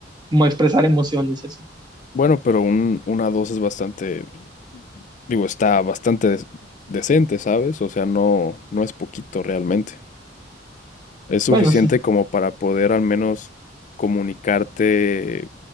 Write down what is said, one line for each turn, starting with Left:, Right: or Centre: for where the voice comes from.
Right: como expresar emociones y así.
Left: bueno, pero un, una dos es bastante Digo, está bastante des- decente, ¿sabes? O sea, no, no es poquito realmente. Es suficiente
Right: Bueno, sí.
Left: como para poder al menos comunicarte